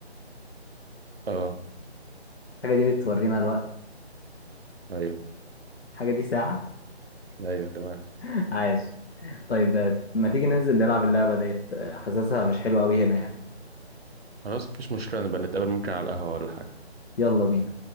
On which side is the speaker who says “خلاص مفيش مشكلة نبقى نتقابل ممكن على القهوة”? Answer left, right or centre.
Right